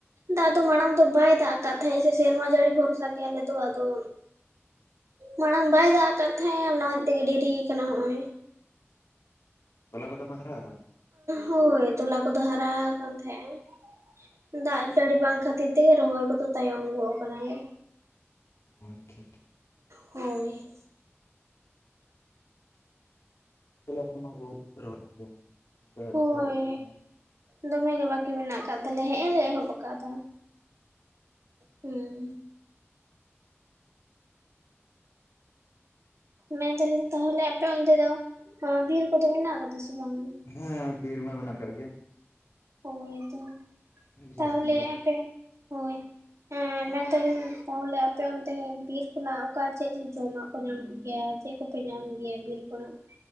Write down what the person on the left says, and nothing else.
ᱛᱚᱞᱟ ᱠᱚᱫᱚ ᱢᱟ ᱦᱟᱨᱟ ᱟᱠᱟᱱ
ᱟᱪᱷᱟ
ᱛᱟᱦᱚᱞᱮ ᱚᱱᱟ ᱢᱟ ᱵᱚᱦᱩᱛ ᱯᱮ ᱨᱚᱦᱚᱭ ᱜᱮᱭᱟ
ᱮᱚᱵᱚᱜ ᱠᱟᱱᱟ
ᱦᱮᱸ ᱵᱤᱨ ᱢᱟ ᱢᱮᱱᱟᱜ ᱠᱟᱜ ᱜᱮᱭᱟ᱾
ᱡᱟᱹᱥᱛᱤ ᱜᱮ